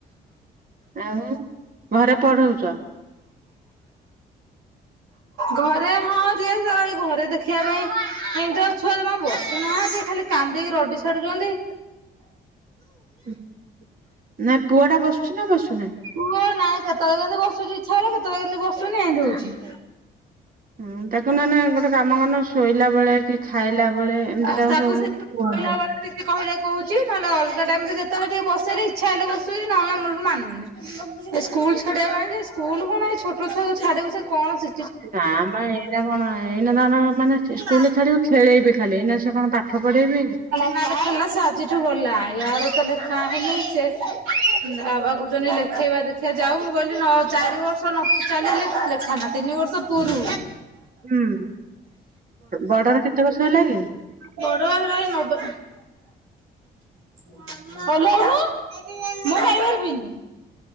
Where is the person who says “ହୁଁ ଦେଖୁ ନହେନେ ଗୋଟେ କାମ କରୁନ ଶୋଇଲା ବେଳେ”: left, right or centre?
Right